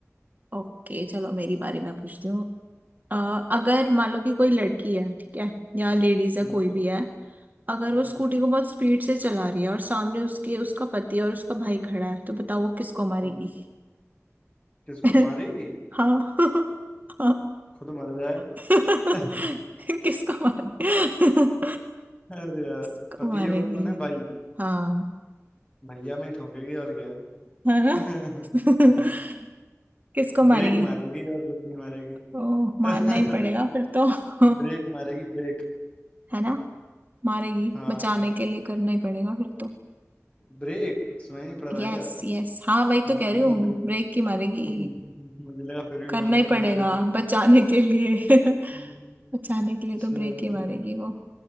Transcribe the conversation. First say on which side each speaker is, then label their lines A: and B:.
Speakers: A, on the right; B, on the left.
A: ओके चलो मेरी बारी मैं पूछती हूँ अ, अगर मान लो कि कोई लड़की है ठीक है या लेडीज
B: ठीक
A: है कोई
B: है
A: भी है अगर
B: हम्म
A: वो स्कूटी को बहुत स्पीड से चला रही है और सामने उसके उसका पति और उसका भाई खड़ा है तो बताओ वो किसको मारेगी
B: हम्म किसको
A: <laughs>
B: मारेगी
A: हाँ <laughs> हाँ
B: खुद मर जाए
A: <laughs>
B: <laughs>
A: किसको मारे <laughs>
B: अरे यार
A: किसको
B: पति
A: मारेगी
B: है और कौन है भाई
A: हाँ
B: भैया में ही ठोकेगी और क्या
A: है ना
B: है
A: <laughs>
B: <laughs>
A: किसको
B: ब्रेक
A: मारेगी
B: मारेगी और कुछ नहीं मारेगी
A: तो
B: <laughs>
A: मारना ही पड़ेगा फिर तो <laughs>
B: ब्रेक मारेगी ब्रेक
A: है ना मारेगी
B: हाँ
A: बचाने के लिए करना ही पड़ेगा फिर तो
B: ब्रेक सुनाई नहीं पड़ रहा
A: Yes
B: क्या
A: yes हाँ वही
B: हाँ
A: तो कह
B: वही
A: रही हूँ ब्रेक की मारेगी
B: <laughs> मुझे लगा फिर भी
A: करना
B: मारना
A: ही
B: ही पड़ेगा
A: पड़ेगा
B: किसी को
A: बचाने के लिए <laughs>
B: हम्म,
A: बचाने के लिए
B: चलो
A: तो ब्रेक ही मारेगी वो